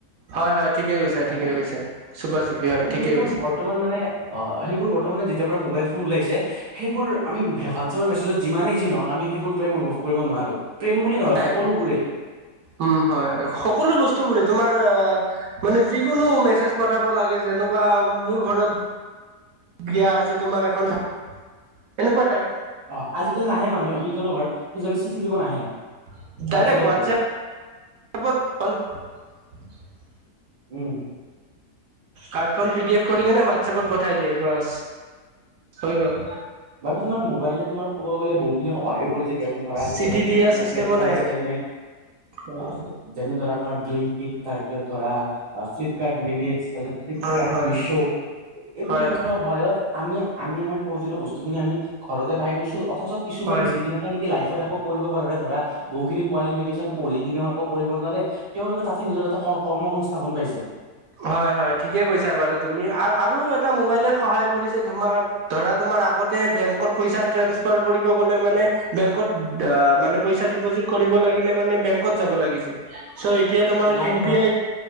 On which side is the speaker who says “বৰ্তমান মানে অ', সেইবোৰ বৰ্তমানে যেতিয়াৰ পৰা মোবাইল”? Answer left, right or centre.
Right